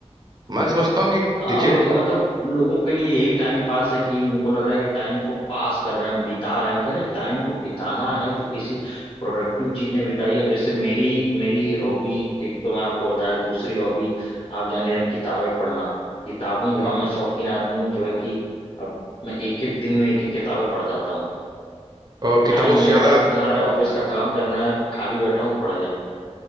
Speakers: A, on the right (about 35°); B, on the left (about 40°).
A: मैं समझता हूँ कि
B: हाँ
A: देखिए
B: वही मतलब लोगों के लिए यही टाइम पास है कि उनको लग रहा है कि टाइम को पास कर रहे हैं हम बिता रहे हैं हम करे टाइम को बिताना है तो किसी प्रोडक्टिव चीज में बिताइए अब जैसे मेरी मेरी हॉबी एक तो मैं आपको बताया दूसरी हॉबी आप जान रहे हैं किताबें पढ़ना किताबों
A: हम्म।
B: का मैं शौकीन आदमी हूँ जो है कि अब मैं एक एक दिन में एक एक किताबें पढ़ जाता हूँ
A: और किताबों
B: टाइम
A: से
B: मेरे
A: ज्यादा
B: पास ना रहे ऑफिस का काम करना है खाली बैठा हूँ पढ़ गया